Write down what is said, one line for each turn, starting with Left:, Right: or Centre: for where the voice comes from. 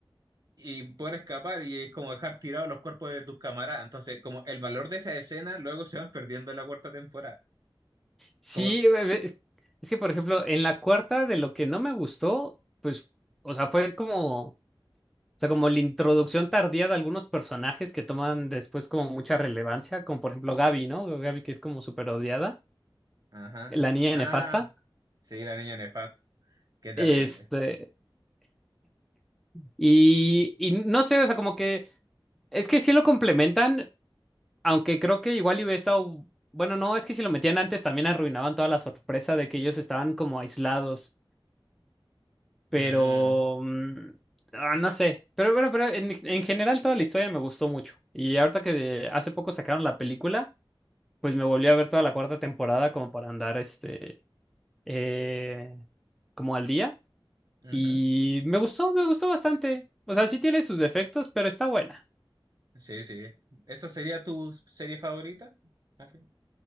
Right: y poder escapar y es como dejar tirados los cuerpos de tus camaradas. Entonces, como el valor de esa escena luego se van perdiendo en la cuarta temporada.
Centre: Sí,
Right: Como,
Centre: eh, eh, es, es que por ejemplo, en la cuarta de lo que no me gustó, pues, o sea, fue como. O sea, como la introducción tardía de algunos personajes que toman después como mucha relevancia, como por ejemplo Gaby, ¿no? Gaby que es como súper odiada,
Right: ajá,
Centre: la niña
Right: ah,
Centre: nefasta.
Right: sí, la niña Nefat, qué terrible.
Centre: Este, y, y no sé, o sea, como que es que sí lo complementan, aunque creo que igual y hubiera estado, bueno, no, es que si lo metían antes también arruinaban toda la sorpresa de que ellos estaban como aislados, pero
Right: Mm,
Centre: mm, ah, no sé, pero bueno, pero en, en general toda la historia me gustó mucho. Y ahorita que hace poco sacaron la película. pues me volví a ver toda la cuarta temporada como para andar este eh, como al día
Right: ujú,
Centre: y me gustó, me gustó bastante. O sea, sí tiene sus defectos, pero está buena.
Right: Sí, sí. ¿Esa sería tu serie favorita? Al fin,